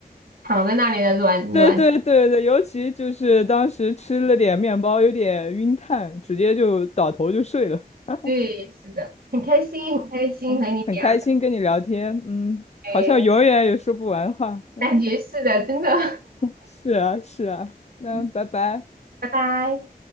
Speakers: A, on the right; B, on the left.
A: 躺在那里的软软。
B: 对对对对，尤其就是当时吃了点面包，有点晕碳，直接就倒头就睡了。<laughs>
A: 对，是的，很开心，很开心和你聊
B: 哎，很开心跟你聊天，嗯，
A: 天，
B: 好像永远也说不完话。
A: 感觉是的，真的。
B: 是啊，是啊，那拜拜。
A: <laughs> 拜拜。